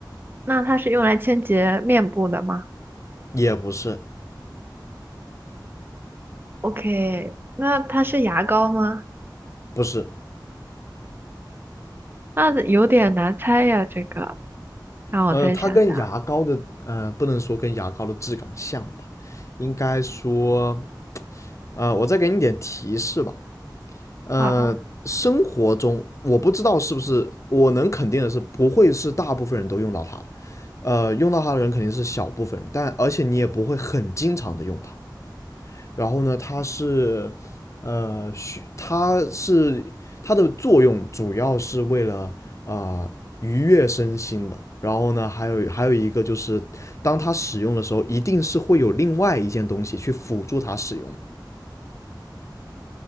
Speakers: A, on the right; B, on the left.
A: 那它是用来清洁面部的吗？
B: 也不是，
A: OK，那它是牙膏吗？
B: 是，
A: 那有点难猜呀，这个让我再想想。
B: 呃，它跟牙膏的，呃，不能说跟牙膏的质感像吧，应该说，呃，我再给你点提示吧，呃，
A: 好，
B: 生活中我不知道是不是，我能肯定的是，不会是大部分人都用到它，呃，用到它的人肯定是小部分人，但而且你也不会很经常的用它。然后呢，它是，呃，需它是它的作用主要是为了啊、呃愉悦身心的。然后呢，还有还有一个就是，当它使用的时候，一定是会有另外一件东西去辅助它使用，